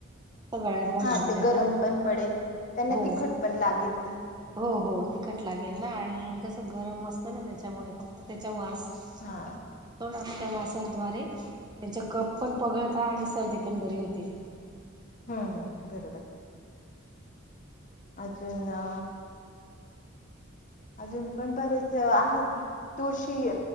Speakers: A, on the right; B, on the left.
A: सगळ्यात बांधून
B: हा ते
A: देता
B: गरम पण पडेल त्यांना
A: हो
B: तिखट पण लागेल ते
A: हो हो... तिखट लागेल ना आणि कसं गरम असतं ना त्याच्यामुळे फक्त त्याच्या वास..
B: हा
A: येतो ना.. वासाद्वारे त्यांचे कप पण पगळता आणि सर्दी पण बरी होते...
B: हम्म बरोबर... अजून ना... अजून पण बरेच आहेत तुळशी